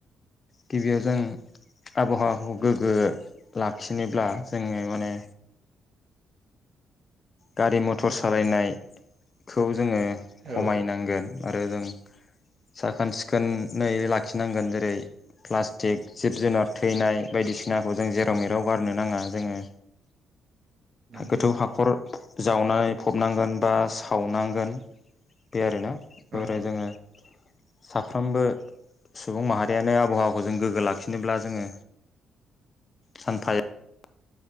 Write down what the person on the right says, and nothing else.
औ
नंगौ
औ
औ